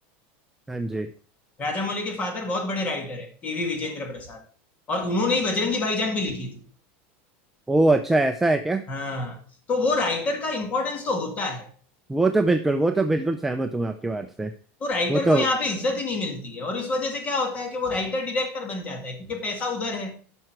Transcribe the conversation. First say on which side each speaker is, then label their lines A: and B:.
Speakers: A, in the centre; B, on the left (about 25°).
A: हाँ जी
B: राजा मौली के फादर बहुत बड़े राइटर है केवी विजेंद्र प्रसाद और उन्होंने ही बजरंगी भाईजान भी लिखी थी
A: ओ अच्छा ऐसा है क्या
B: हाँ तो वो राइटर का इम्पोर्टेंस तो होता है
A: वो तो बिल्कुल वो तो बिल्कुल सहमत हूँ आपकी बात से
B: तो राइटर
A: वो
B: को
A: तो
B: यहाँ पे इज्जत ही नहीं मिलती है और इस वजह से क्या होता है कि वो राइटर डायरेक्टर बन जाता है क्योंकि पैसा उधर है